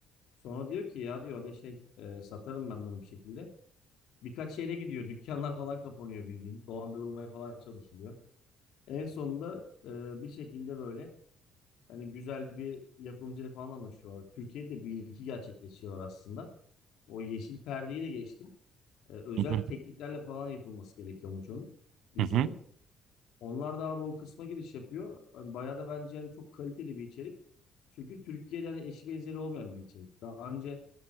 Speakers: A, on the left (about 75°); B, on the right (about 70°).
A: Sonra diyor ki ya diyor ne şey e, satarım ben bunu bir şekilde. Birkaç yere gidiyor dükkanlar falan kapanıyor bildiğin dolandırılmaya falan çalışılıyor. En sonunda e, bir şekilde böyle hani güzel bir yapımcıyla falan anlaşıyorlar. Türkiye'de bir ilki gerçekleşiyor aslında. O yeşil perdeyi de geçtim. Ee, özel
B: Hı hı.
A: tekniklerle falan yapılması gerekiyormuş onun dizinin.
B: Hı hı.
A: Onlar da abi o kısma giriş yapıyor. Hani bayağı da bence hani çok kaliteli bir içerik. Çünkü Türkiye'de hani eşi benzeri olmayan bir içerik. Daha önce